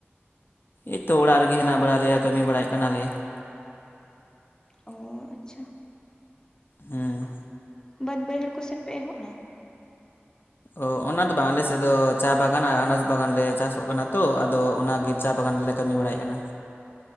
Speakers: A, on the left; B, on the left.
A: ᱮ ᱛᱚ ᱚᱲᱟᱜ ᱨᱮᱜᱮ ᱦᱮᱱᱟᱜ ᱵᱟᱲᱟᱜ ᱞᱮᱭᱟ ᱠᱟᱹᱢᱤ ᱵᱟᱲᱟᱭᱮᱫ ᱠᱟᱱᱟᱞᱮ
B: ᱚᱻ ᱟᱪᱪᱷᱟ
A: ᱦᱮᱸ
B: ᱵᱟᱹᱫᱽ ᱵᱟᱹᱭᱦᱟᱹᱲ ᱠᱚ ᱥᱮᱱ ᱯᱮ ᱮᱦᱚᱵ ᱮᱱᱟ
A: ᱚ ᱚᱱᱟ ᱫᱚ ᱵᱟᱝ ᱟᱞᱮ ᱥᱮᱫ ᱟᱫᱚ ᱪᱟ ᱵᱟᱜᱟᱱᱟ ᱟᱱᱟᱥ ᱵᱟᱜᱟᱱ ᱞᱮ ᱪᱟᱥᱚᱜ ᱠᱟᱱᱟ ᱛᱚ ᱟᱫᱚ ᱚᱱᱟᱜᱮ ᱪᱟ ᱵᱟᱜᱟᱱ ᱨᱮᱞᱮ ᱠᱟᱹᱢᱤ ᱵᱟᱲᱟᱭᱮᱫ ᱠᱟᱱᱟ